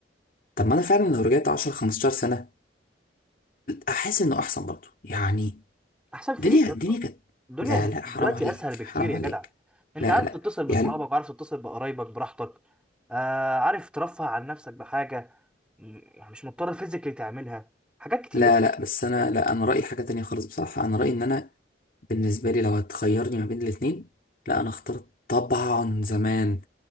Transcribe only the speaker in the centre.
احسن في
ايه
يا اسطى
الدنيا
دلوقتي
اسهل بكتير
يا
جدع انت
عارف
تتصل باصحابك
عارف تتصل بقرايبك براحتك آه عارف ترفه عن نفسك بحاجه م- يعني مش مضطر فيزيكلي تعملها حاجات كتير